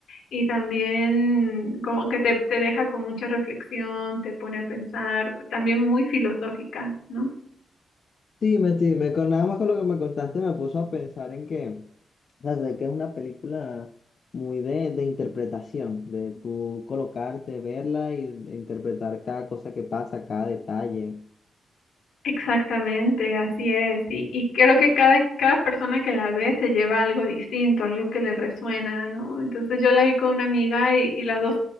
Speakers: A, on the left (about 75°); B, on the left (about 40°).
A: y también como que te, te deja con mucha reflexión, te pone a pensar, también muy filosófica, ¿no?
B: dime, con nada más con lo que me contaste me puso a pensar en que, o sea, sé que es una película muy de, de interpretación, de tú colocarte, verla y de interpretar cada cosa que pasa, cada detalle.
A: Exactamente, así es. Y, y creo que cada, cada persona que la ve se lleva algo distinto, algo que le resuena, ¿no? Entonces yo la vi con una amiga y, y las dos,